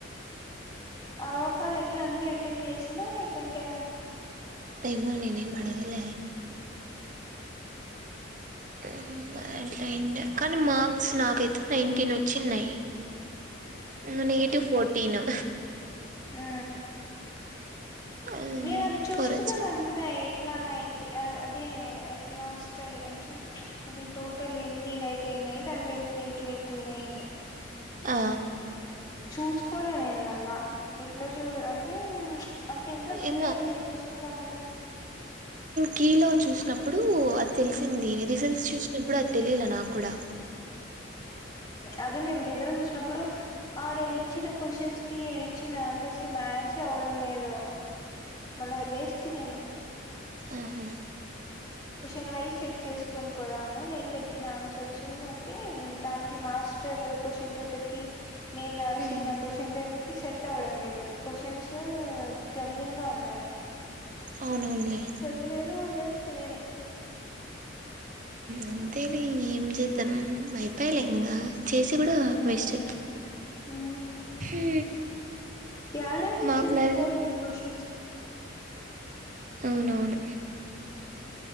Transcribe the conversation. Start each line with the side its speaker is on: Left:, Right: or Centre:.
Left: అవాపా ఎట్లా అన్ని అటెంప్ట్ చేసిందా లేకుంటే
Right: అేమో ననే ఏం మంగల అట్ల కానీ మార్క్స్ నాకైతే నైన్టీన్ వచ్చిన్నాయి అనుయి ూ ఫోర్టీన్
Left: ఆ
Right: హ్మ్.
Left: నేను అది చూసుకున్నాాం
Right: ఫోర్ వచ్చినాయి
Left: అనుకున్నా ఎట్లా నైంటి అదే ఎట్లా వస్తాయి అంటే అదే టోటల్ ఎన్ని రైట్ యియి దాట్లో ఎన్ని నెగిటివ్ అయిపోయినాయియని
Right: ఆ
Left: చూసుకోలే నేను మళ్ళా ఎట్లా చూ అంటే అంత ఇంట్రెస్ట్
Right: ఏమో
Left: లేదు లేదు చూసుకున్నాామన్న
Right: కీ లో చూసినప్పుడు అది తెలిసింది రిజల్ట్స్ చూసినప్పుడు అది తెలియాల నాకు కూడా
Left: అదే మేము నిజల్ట్ చూసినప్పుడు ఆడ ఇచ్చిన క్వశ్చన్స్ కి ఇచ్చిన ఆన్సర్స్ కి మ్యాచ్ అవ్వడం లేదు మళ్ళ లేస్తే నేను
Right: ఆహా
Left: న్ వైస్ చెక్ చేసుకొని పోదాము నేను పెట్టిన ఆన్సర్స్ అంటే దానికి మాస్టర్ క్వశ్చన్ పేపర్ కి నేను రాసిన
Right: ఉమ్,
Left: క్వశ్చన్ పేపర్ సెట్ అవ్వడం లేదు క్వచన్స్ జంలింగ్ గా ఉన్నాయి
Right: అవునవునులే
Left: చదు నేను మద్లేస్తస్త నేను
Right: అంతేలే ఏం చేద్దాం అయిపోయిలే ఇంకా చేసి కూడా
Left: మ్మ్
Right: వేస్ట్
Left: మ్మ్
Right: హ
Left: యాడా నుంచి
Right: మాకులా
Left: వెతుకుతారో వీళ్ళు క్వశ్చన్స్
Right: అవునవును
Left: అ